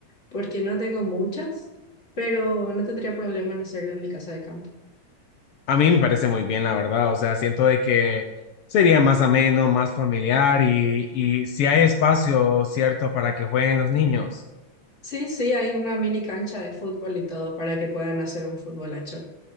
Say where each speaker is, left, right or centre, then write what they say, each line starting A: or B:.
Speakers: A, on the left (about 25°); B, on the left (about 75°).
A: porque no tengo muchas, pero no tendría problema en hacerlo en mi casa de campo.
B: A mí me parece muy bien, la verdad. O sea, siento de que sería más ameno, más familiar y, y si hay espacio, cierto, para que jueguen los niños.
A: Sí, sí, hay una mini cancha de fútbol y todo para que puedan hacer un futbolacho.